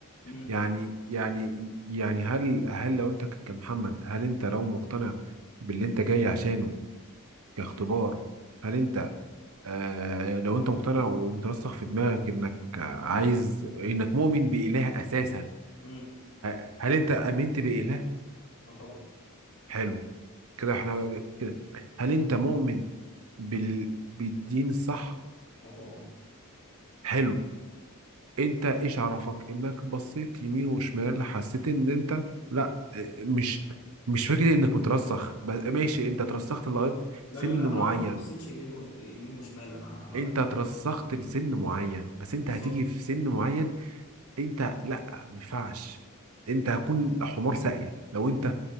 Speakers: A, on the left; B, on the right.
A: امم
B: يعني يعني يعني هل هل لو انت ك- كمحمد هل انت لو مقتنع باللي انت جاي عشانه كاختبار هل انت آه لو انت مقتنع ومترسخ في دماغك انك آه، عايز انك مؤمن بإله اساسا
A: امم
B: ه- هل انت امنت بإله
A: اه طبعا
B: حلو كده احنا كده هل انت مؤمن بال... بالدين الصح
A: اه طبعا
B: حلو انت ايش عرفك انك بصيت يمين وشمال حسيت ان انت لا آه، مش مش فكرة انك مترسخ بس ماشي انت ترسخت لغاية
A: لاجل
B: سن
A: الامانه
B: معين
A: انا ما بصيتش يمين و... يمين وشمال انا انا
B: انت ترسخت لسن معين بس
A: بالظبط
B: انت هتيجي في سن معين انت لا ما ينفعش انت هتكون حمار ساقية لو انت